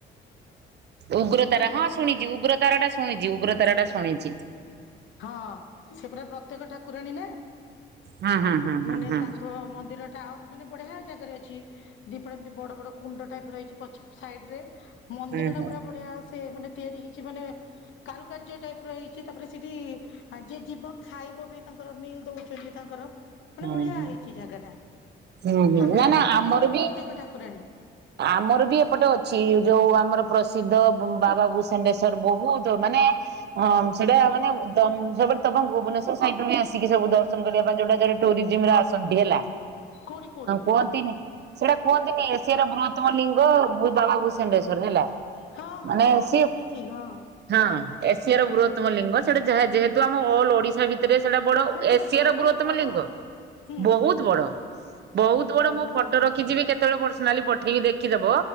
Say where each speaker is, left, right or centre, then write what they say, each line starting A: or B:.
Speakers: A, on the right; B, on the left.
A: ଉଗ୍ରତାରା
B: କହିଲି ଗୋଟେ
A: ହଁ ଶୁଣିଛି ଉଗ୍ରତାରା ଟା ଶୁଣିଛି ଉଗ୍ର ତାର ଟା ଶୁଣିଛି।
B: ହଁ ସେ ପୁରା ପ୍ରତ୍ୟେକ ଠାକୁରାଣୀ ନା
A: ହଁ ହଁ ହଁ ହଁ
B: ମାନେ
A: ହଁ।
B: ତାଙ୍କ ମନ୍ଦିର ଟା ମାନେ ବଢିଆ ଜାଗାରେ ଅଛି। ଦିପଟା ଏମିତି ବଡ ବଡ କୁଣ୍ଡ ଟାଇପ ରହିଛି ପଛ ସାଇଡ ରେ ମନ୍ଦିର
A: ହୁଁ
B: ଟା
A: ହୁଁ।
B: ପୁରା ବଢିଆ ଆସ ସେ ମାନେ ତିଆରି କି ମାନେ ଟାଇପ ର ହେଇଛି ତାପରେ ସେଠି ଯିଏ ଯବ ଖାଇବ ବି ତାଙ୍କର ମିଲ୍ ଦଉଛନ୍ତି ତାଙ୍କର ମାନେ
A: ହୁଁ
B: ବଢିଆ
A: ହୁଁ
B: ହେଇଛି ଜାଗା ଟା
A: ହୁଁ ହୁଁ
B: ଆମର
A: ନା ନା
B: ସେଇଠି
A: ଆମର
B: ମାନେ
A: ବି
B: ପ୍ରତ୍ୟେକ ଠାକୁରାଣୀ
A: ଆମର ବି ଏପଟେ ଅଛି ଯୋଉ ଆମର ପ୍ରସିଦ୍ଧ ବାବା ଭୂସଣ୍ଡେଶ୍ଵର ବହୁତ ମାନେ ହଁ ସେଟା ମାନେ ସେଟ ତମ ଭୁବନେଶ୍ଵର ସାଇୁ ବି ଆସିକି ସବୁ ଦର୍ଶନ କରିବା ପାଇଁ ଯୋଉଟା ଯୋଟ ଟୁରିଜିମରେ ଆସନ୍ତି ହେଲା
B: କୋଉଠି କୋଉଠି?
A: କୁହନ୍ତିନି ସେଇଟା କୁହନ୍ତିନି ତମ ଲିଙ୍ଗ ବାବା ଭୂସେଣ୍ଡେଶ୍ଵର ହେଲା
B: ହଁ ହଁ
A: ମାନେ
B: ହଁ
A: ସିଏ
B: ଶୁଣିଛି ହଁ।
A: ହଁ ଏସିଆର ବୃହତମ ଲିଙ୍ଗ ସେଟା ଯାହା ଯେହେତୁ ଆମ ଅ ଓଡିଶା ଭିତ ସେଟା ବଡ
B: ମାନେ ସେଇଟା
A: ଏସିଆର
B: କଣ ବହୁତ
A: ବୃହତମ
B: ବଡ?
A: ଲଙ୍ଗ
B: ହୁଁ
A: ବହୁତ ବଡ ବହୁତ ବଡ
B: ଓହୋ
A: ମୁଁ ଫଟୋ ରଖିଯିବି କେତେବେଳେ ବର୍ଷ କାଲି ପଠେଇକି ଦେଖିଦବ